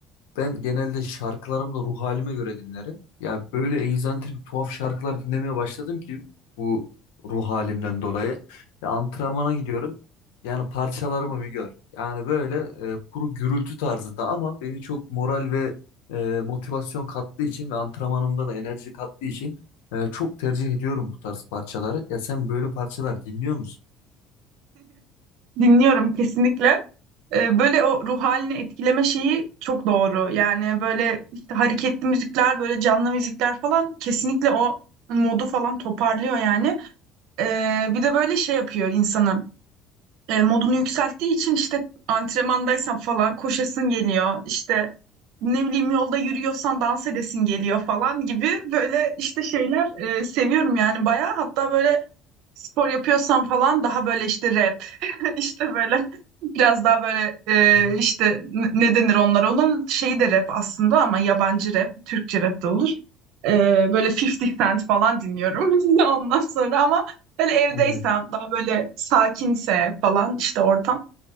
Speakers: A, on the left (about 85°); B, on the right (about 75°).
A: ben genelde şarkılarımı da ruh halime göre dinlerim. Ya böyle egzantrik tuhaf şarkılar dinlemeye başladım ki bu ruh halimden dolayı. Ya antrenmana gidiyorum. Yani parçalarımı bir gör. Yani böyle e, kuru gürültü tarzı da ama beni çok moral ve e, motivasyon kattığı için ve antrenmanımda da enerji kattığı için e, çok tercih ediyorum bu tarz parçaları. Ya sen böyle parçalar dinliyor musun?
B: Dinliyorum kesinlikle. Ee, böyle o ruh halini etkileme şeyi çok doğru. Yani böyle işte hareketli müzikler, böyle canlı müzikler falan kesinlikle o modu falan toparlıyor yani. Ee, bir de böyle şey yapıyor insanı. Ee, modunu yükselttiği için işte antrenmandaysan falan koşasın geliyor. İşte ne bileyim yolda yürüyorsan dans edesin geliyor falan gibi böyle işte şeyler e, seviyorum yani bayağı. Hatta böyle spor yapıyorsam falan daha böyle işte rap <laughs> işte böyle biraz daha böyle e,
A: Hı.
B: işte ne ne denir onlara onların şeyi de rap aslında ama yabancı rap Türkçe rap de olur E, böyle 50 Cent falan dinliyorum <laughs> ondan sonra ama böyle evdeysem
A: Evet.
B: daha böyle sakinse falan işte ortam